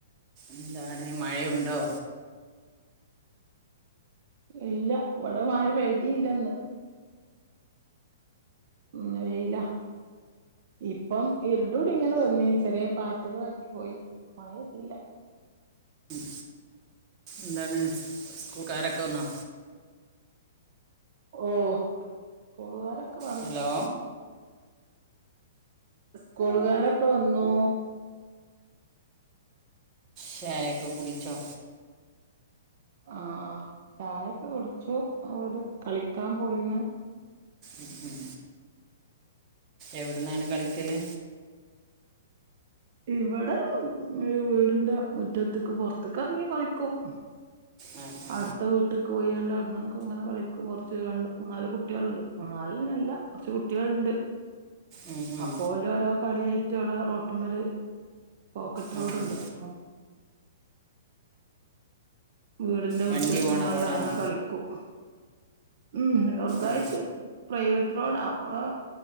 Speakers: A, on the right; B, on the right.
A: എന്താണ് മഴയുണ്ടോ
B: ഇല്ല ഇവടെ മഴ പേയ്തീല്ല ഇന്ന്. ഇന്ന് വെയില. ഇപ്പം ഇര്ട് കൂടി ഇങ്ങനെ വന്നീനി ചെറ്യേ പാറ്റൽ പാറ്റി പോയി മഴ ഇല്ല.
A: ഉം എന്താണ് സ്കൂൾകാരക്ക വന്നോ
B: ഓഹ്. സ്‌കൂളാരൊക്ക വ
A: ഹലോ,
B: സ്കൂള്കാരൊക്ക വന്നു.
A: ചയക്ക കുടിച്ചോ
B: ആ ആ ചായക്ക കുട്ച്ചു ഓര് കളിക്കാം പോയിണ്
A: ഉം ഉം എവ്ട്ന്നാണ് കളിക്കല്
B: ഇവടെ വി വീട്ന്റെ മുറ്റത്ത്ക്ക് പോർത്ത്ക്ക് എർങ്ങി കളിക്കും.
A: ആ ആ
B: അട്ത്ത വീ ട്ട്ക്ക് പോയാണ്ട് അവ്ട്ന്ന് ഒക്ക ഇങ്ങനെ കളിക്കും കൊർച്ച് രണ്ട് മൂന്നാല് കുട്ടിയള്ണ്ട് മൂന്നാൽനല്ല കൊർച്ച് കുട്ടിയള്ണ്ട്.
A: ഉം, ഉം.
B: അപ്പോലോ ഓരോ കളി ആയിട്ട് അവ്ടെ റോട്ട്മ്മല്. പോക്കറ്റ്
A: ആ
B: റോഡ്
A: ആ.
B: ഇണ്ട് അപ്പം വീട്ന്റെ
A: വണ്ടി
B: മുറ്റത്ത്
A: പോണ
B: നിന്നാണ്ട്
A: റോഡാണോ
B: അങ്ങനെ കളിക്കും ഉം ചെർതായിട്ട്.
A: ഉം.
B: പ്രൈവറ്റ് റോഡാ നമ്മളെ